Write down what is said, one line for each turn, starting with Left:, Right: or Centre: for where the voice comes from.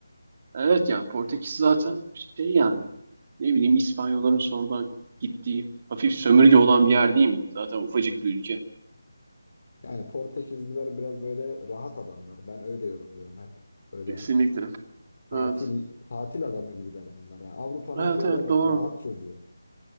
Right: Evet yani Portekiz zaten şey yani. Ne bileyim İspanyolların sonradan gittiği hafif sömürge olan bir yer değil mi? Zaten ufacık bir ülke.
Left: Yani Portekizliler biraz böyle rahat adamlar. Ben öyle yorumluyorum hep. Böyle
Right: Kesinlikle.
Left: tatil
Right: Evet.
Left: tatil adamı gibiler bunlar. Yani Avrupa'nın
Right: Evet
Left: böyle
Right: evet doğru.
Left: rahat çocuğu.